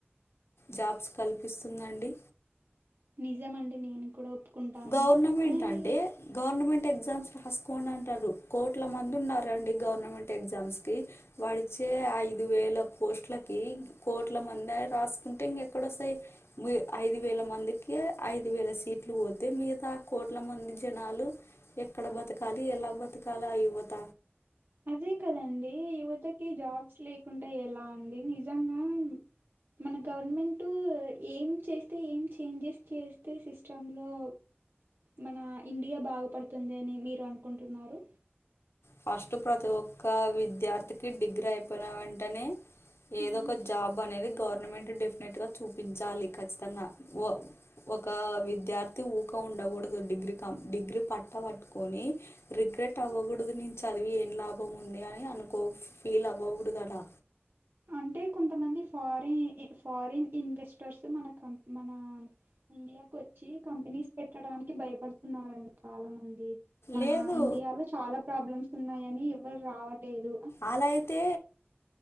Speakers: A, on the left (about 75°); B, on the right (about 55°).
A: జాబ్స్ కల్పిస్తుందండి
B: నిజం అండి నేను కూడా ఒప్పుకుంటాను
A: గవర్నమెంట్
B: మరి
A: అంటే గవర్నమెంట్ ఎగ్జామ్స్ రాసుకోండి అంటారు కోట్ల మంది ఉన్నారండి గవర్నమెంట్ ఎగ్జామ్స్కి వాడిచ్చే ఐదు వేల పోస్ట్లకి కోట్ల మంది రాసుకుంటే ఇంకెక్కడ వస్తాయి ఐదు వేల మందికి ఐదు వేల సీట్లు పోతు అయితే మిగతా కోట్ల మంది జనాలు ఎక్కడ బతకాలి ఎలా బతకాలి ఆ యువత
B: అదే కదండి యువతకి జాబ్స్ లేకుంటడా ఎలా అండి నిజంగా మన గవర్నమెంటు ఏం చేస్తే ఏం చేంజెస్ చేస్తే సిస్టంలో మన ఇండియా బాగుపడుతుంది అని మీరు అనుకుంటున్నారు
A: ఫస్ట్ ప్రతి ఒక్క విద్యార్థికి డిగ్రీ అయిపోయిన వెంటనే ఏదో
B: మ్మ్.
A: ఒక జాబ్ అనేది గవర్నమెంట్ డెఫినెట్ గా చూపించాలి ఖచ్చితంగా వా ఒక విద్యార్థి ఊక ఉండకూడదు డిగ్రీ కం డిగ్రీ పట్ట పట్టుకొని రిగ్రెట్ అవ్వకూడదు నుంచి చదివి ఏం లాభం ఉంది అని అనుకో ఫీల్ అవ్వకూడదుదలా
B: అంటే కొంతమంది ఫారిన్ ఫారిన్ ఇన్వెస్టర్స్ మన కం మన ఇండియాకు వచ్చి కంపెనీస్ పెట్టడానికి భయపడుతున్నారండి చాలా మంది మన
A: లేదు
B: ఇండియాలో చాలా ప్రాబ్లమ్స్ ఉన్నాయని ఎవరు రావటేదు
A: ఆలా అయితే